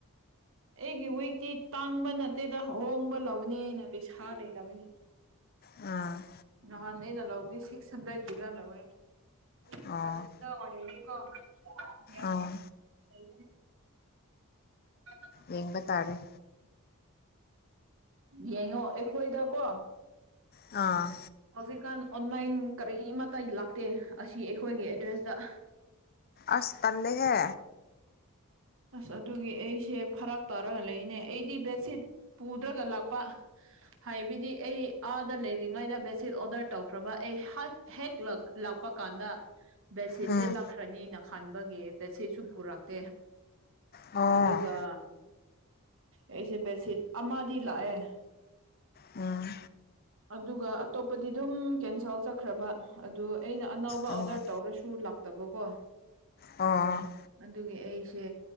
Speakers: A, on the right; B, on the left.
A: ꯑꯩꯒꯤ ꯋꯤꯛꯇꯤ ꯇꯥꯡꯕ ꯅꯠꯇꯦꯗ ꯍꯣꯡꯕ ꯂꯧꯕꯅꯦ ꯑꯩꯅ ꯄꯩꯁꯥ ꯂꯩꯇꯕꯒꯤ꯫
B: ꯎꯝ꯫
A: ꯅꯍꯥꯟ ꯑꯩꯅ ꯂꯧꯕꯗꯤ ꯁꯤꯛꯁ ꯍꯟꯗ꯭ꯔꯦꯗꯒꯤꯔ ꯂꯧꯋꯦ꯫ <unintelligible>
B: ꯑꯣ ꯑꯥ
A: <unintelligible>
B: ꯌꯦꯡꯕ ꯇꯥꯔꯦ꯫
A: ꯌꯦꯡꯉꯣ ꯑꯩꯈꯣꯏꯗꯀꯣ꯫
B: ꯑꯥ꯫
A: ꯍꯧꯖꯤꯛꯀꯥꯟ ꯑꯣꯟꯂꯥꯏꯟ ꯀꯔꯤꯃꯇꯥꯏ ꯂꯥꯛꯇꯦ ꯑꯁꯤ ꯑꯩꯈꯣꯏꯒꯤ ꯑꯦꯗ꯭ꯔꯦꯁꯇ꯫
B: ꯑꯁ ꯇꯟꯂꯤꯍꯦ꯫
A: ꯑꯁ ꯑꯗꯨꯒꯤ ꯑꯩꯁꯦ ꯐꯔꯛ ꯇꯥꯔꯒ ꯂꯩꯅꯦ ꯑꯩꯗꯤ ꯕꯦꯠꯁꯤꯠ꯫ ꯄꯨꯨꯗ꯭ꯔꯒ ꯂꯥꯛꯄ꯫ ꯍꯥꯏꯕꯤꯗꯤ ꯑꯩ ꯑꯥꯗ ꯂꯩꯔꯤꯉꯩꯗ ꯕꯦꯠꯁꯤꯠ ꯑꯣꯗꯔ ꯇꯧꯈ꯭ꯔꯕ ꯑꯩ ꯍꯦꯛ ꯂꯥꯛꯄ ꯀꯥꯟꯗ ꯕꯦꯗꯁꯤꯠꯁꯦ
B: ꯎꯝ
A: ꯂꯥꯛꯈ꯭ꯔꯅꯤꯅ ꯈꯟꯕꯒꯤ꯫ ꯕꯦꯠꯁꯤꯠꯁꯨ ꯄꯨꯔꯛꯇꯦ
B: ꯑꯣ
A: ꯑꯗꯨꯒ ꯑꯩꯁꯦ ꯕꯦꯗ ꯁꯤꯠ ꯑꯃꯗꯤ ꯂꯥꯛꯑꯦ
B: ꯎꯝ
A: ꯑꯗꯨꯒ ꯑꯇꯣꯞꯄꯗꯤ ꯑꯗꯨꯝ ꯀꯦꯟꯁꯦꯜ ꯆꯠꯈ꯭ꯔꯕ ꯑꯗꯨ ꯑꯩꯅ ꯑꯅꯧꯕ
B: ꯑꯣ
A: ꯑꯣꯗꯔ ꯇꯧꯔꯁꯨ ꯂꯥꯛ ꯇꯕ ꯀꯣ
B: ꯑꯣ
A: ꯑꯗꯨꯒꯤ ꯑꯩꯁꯦ